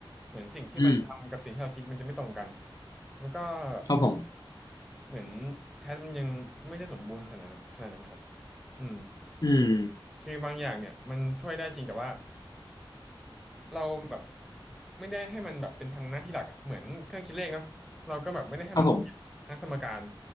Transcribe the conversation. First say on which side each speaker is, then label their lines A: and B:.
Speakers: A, in the centre; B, on the left.
A: เหมือนสิ่งที่มันทำกับสิ่งที่เราคิดมันจะไม่ตรงกัน
B: อืม
A: แล้วก็แบบ
B: ครับผม
A: เหมือนแชทมันยังไม่ได้สมบูรณ์ขนาดนั้นขนาดนั้นครับอืม
B: อืม
A: คือบางอย่างเนี่ยมันช่วยได้จริงแต่ว่าเราแบบไม่ได้ให้มันแบบเป็นทำหน้าที่หลักอะเหมือนเครื่องคิดเลขเนาะเราก็แบบไม่ได้ให้มันคิดทั้งสมการ
B: ครับผม